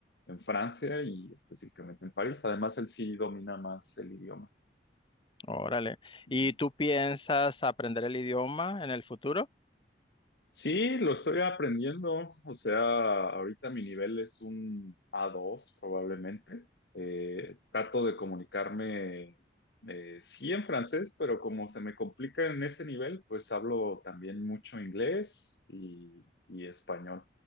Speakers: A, on the left; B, on the left.
A: en Francia y específicamente en París. Además, él sí domina más el idioma.
B: Órale.
A: Ujú.
B: ¿Y tú piensas aprender el idioma en el futuro?
A: Sí, lo estoy aprendiendo. O sea, ahorita mi nivel es un a dos probablemente. Eh, trato de comunicarme, eh, sí en francés, pero como se me complica en ese nivel, pues hablo también mucho inglés y, y español.